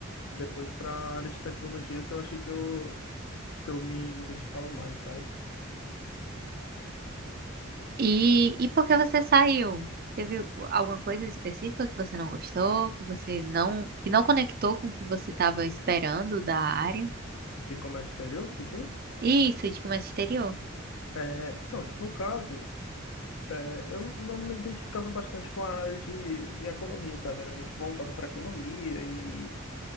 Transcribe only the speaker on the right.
E, e por que você saiu? Teve alguma coisa específica que você não gostou, que você não, que não conectou com o que você estava esperando da área?
Isso, de comércio exterior.